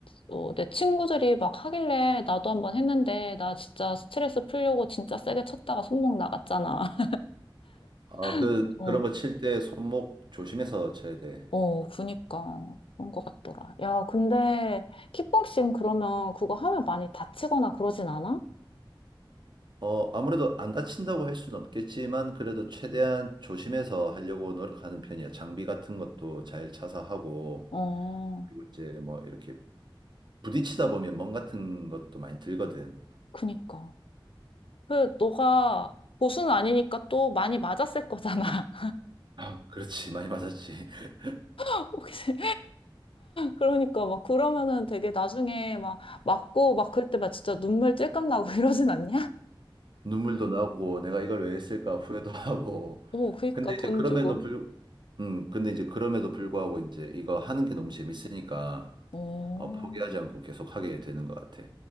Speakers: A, on the left; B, on the right.
A: 어, 내 친구들이 막 하길래 나도 한번 했는데 나 진짜 스트레스 풀려고 진짜 세게 쳤다가 손목 나갔잖아.
B: 아, 그,
A: <laughs> 어.
B: 그런 거 칠 때 손목 조심해서 쳐야 돼.
A: 어, 그니까. 그런 것 같더라. 야, 근데 킥복싱 그러면 그거 하면 많이 다치거나 그러진 않아?
B: 어, 아무래도 안 다친다고 할 수는 없겠지만, 그래도 최대한 조심해서 하려고 노력하는 편이야. 장비 같은 것도 잘 차서 하고,
A: 어,
B: 그리고 이제 뭐 이렇게 부딪히다 보면 멍 같은 것도 많이 들거든.
A: 그니까. 그, 너가 고수는 아니니까 또 많이 맞았을 거잖아.
B: 아, 그렇지. 많이 맞았지. <laughs>
A: <laughs> 혹시. 그러니까 막 그러면은 되게 나중에 막 맞고 막 그럴 때 막 진짜 눈물 찔끔 나고 <laughs> 이러진 않냐?
B: 눈물도 나고, 내가 이걸 왜 했을까 후회도 하고.
A: 어, 그러니까
B: 근데
A: 돈
B: 이제 그럼에도
A: 주고.
B: 불, 음, 근데 이제 그럼에도 불구하고 이제 이거 하는 게 너무 재밌으니까,
A: 어,
B: 어, 포기하지 않고 계속 하게 되는 것 같아.